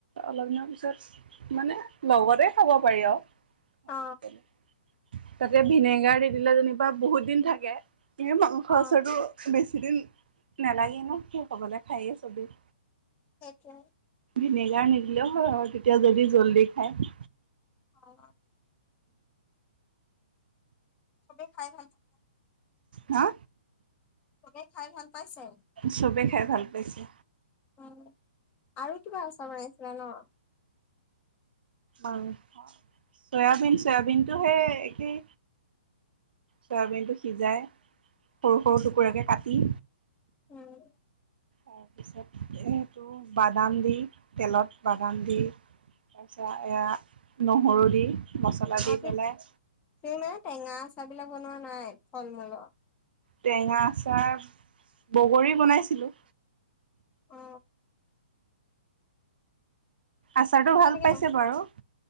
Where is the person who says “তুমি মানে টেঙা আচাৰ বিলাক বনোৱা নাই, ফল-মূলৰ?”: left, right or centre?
Left